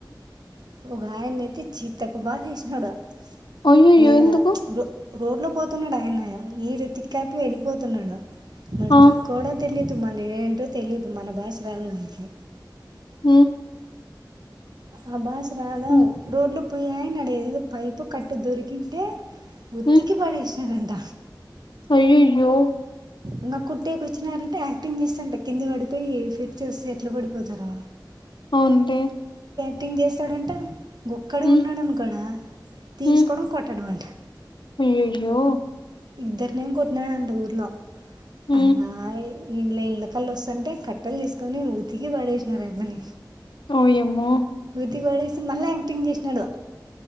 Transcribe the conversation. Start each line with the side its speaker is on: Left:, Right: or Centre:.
Right: ఒగాయ్ నైతే చితక్ బగేష్ నౌరా
Left: అయ్యోయ్యో
Right: గే యా
Left: ఎందుకు
Right: ప్చ్ రో రోడ్లో పోతున్నాడు ఆయన ఈడ తిక్కపి వెళ్ళిపోతున్నాడు మళ్ళీ
Left: ఆ
Right: తిక్కోడో తెలిదు మల్ ఏంటో తెలిదు మన భాష రాదు ఆయనకి
Left: ఉ
Right: మన భాష రాదా
Left: ఉమ్
Right: రోడ్లో పోయే ఆయన ఆడ ఏదో పైపో కట్టో దొరికింటే ఉత్తికి
Left: హ్మ్
Right: పడేసినారంట
Left: అయ్యయ్యో
Right: ఇంగ కొట్టేకి వచ్చినారంటే యాక్టింగ్ చేస్తాంటే కింద పడిపోయి ఫిట్స్ వస్తే ఎట్ల పడిపోతారు
Left: అవునులే
Right: యాక్టింగ్ చేస్తాడంట గొక్కడే
Left: హ్మ్
Right: ఉన్నాడనుకొ ఆడ తీసుకోవడం
Left: హ్మ్
Right: కొట్టడం అంట
Left: అయ్యయ్యో
Right: ఇద్దరినేమో కోట్నాడంట ఊర్లో
Left: ఉ
Right: ఇంకా ఇండ్ల ఇండ్ల కల్ళ వస్తుంటే కట్టెలు తీసుకొని ఊతికి పడేసినారు అయ్యప్పకి
Left: ఓ యమ్మో
Right: ఉతికి పడేస్తే మళ్ళ యాక్టింగ్ చేసినాడు